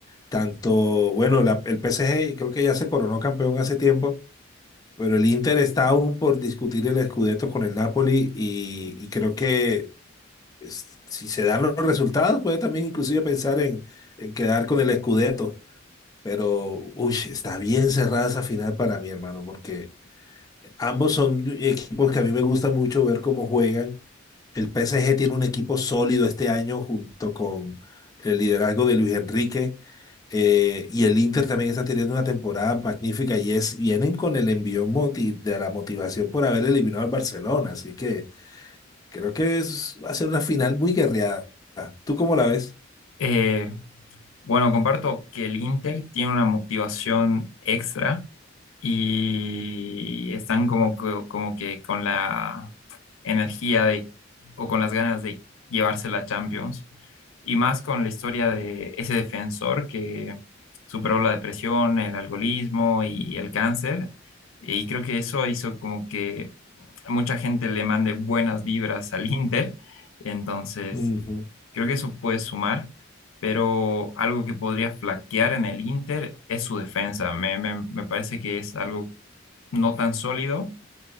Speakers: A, on the left; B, on the left.
A: Tanto, bueno, la- el PSG creo que ya se coronó campeón hace tiempo, pero el Inter está aún por discutir el Scudetto con el Napoli y, y creo que es- si se dan los resultados puede también inclusive pensar en, en quedar con el Scudetto. Pero, uy, está bien cerrada esa final para mí, hermano, porque... Ambos son equipos que a mí me gusta mucho ver cómo juegan. El PSG tiene un equipo sólido este año junto con el liderazgo de Luis Enrique. eh, y el Inter también está teniendo una temporada magnífica y es, vienen con el envío moti- de la motivación por haber eliminado al Barcelona. Así que creo que es, va a ser una final muy guerreada. ¿Tú cómo la ves?
B: Eh, bueno, comparto que el Inter tiene una motivación extra y están como, que- como que con la energía de, o con las ganas de llevarse la Champions. Y más con la historia de ese defensor que superó la depresión, el alcoholismo y el cáncer. Y creo que eso hizo como que mucha gente le mande buenas vibras al Inter. Entonces,
A: Ujú.
B: creo que eso puede sumar. Pero algo que podría flaquear en el Inter es su defensa. Me, me- me parece que es algo no tan sólido,